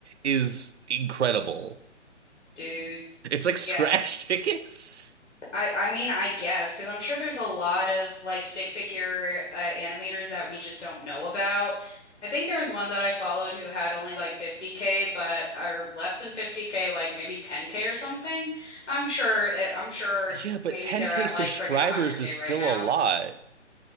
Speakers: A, on the right; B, on the left.
A: is incredible.
B: dude
A: <laughs> It's like scratch
B: Yeah,
A: <laughs> tickets.
B: I I mean I guess because I'm sure there's a lot of like stick figure uh, animators that we just don't know about. I think there was one that I followed who had only like 50k, but or less than 50k, like maybe 10k or something. I'm sure it, I'm sure
A: Yeah, but
B: maybe
A: 10K
B: they're at
A: subscribers
B: like freaking 100k
A: is still
B: right now.
A: a lot.